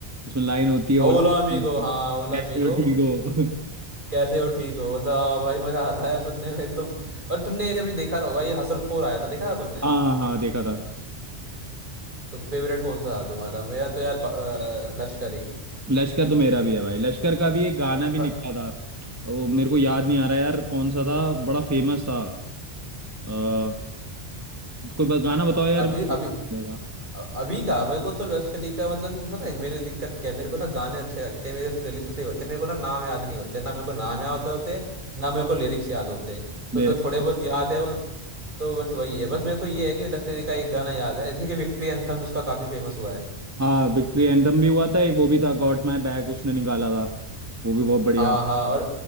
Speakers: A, on the right (about 15°); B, on the right (about 50°).
A: उसमें लाइन होती है
B: होला
A: ओला
B: अमीगो हाँ होला
A: कैसे
B: अमीगो
A: हो ठीक हो <laughs>
B: कैसे हो ठीक हो मतलब हाँ भाई मजा आता है सुनने में एकदम और तुमने अभी देखा तो होगा ये हसल फोर आया था देखा था तुमने
A: हाँ हाँ देखा था
B: तो फेवरेट कौन सा था तुम्हारा मेरा तो यार प- अ, लश्करी
A: लश्कर तो मेरा भी है भाई लश्कर का भी एक गाना भी
B: वाह,
A: निकला था वो मेरे को याद नहीं आ रहा यार कौन सा था बड़ा फेमस था आ, कोई ब- गाना बताओ यार
B: अभी
A: मेरे को
B: अभी
A: याद नहीं आएगा।
B: अ- अभी का मेरे को तो लश्करी का मतलब कि पता है मेरी दिक्कत क्या है मेरे को ना गाने अच्छे लगते हैं मेरे प्लेलिस्ट में सही होते हैं मेरे को ना नाम याद नहीं होते ना मेरे को नाम याद होते ना मेरे को लिरिक्स याद होते तो
A: मेरे
B: जो थोड़े बहुत याद है वो तो बस वही है बस मेरे को ये है कि लश्करी का एक गाना याद है जैसे कि विक्ट्री एंथम उसका काफी फेमस हुआ है
A: हाँ विक्ट्री एंथम भी हुआ था एक वो भी था गॉट माय बैक उसने निकाला था वो भी बहुत बढ़िया
B: हाँ
A: था।
B: हाँ और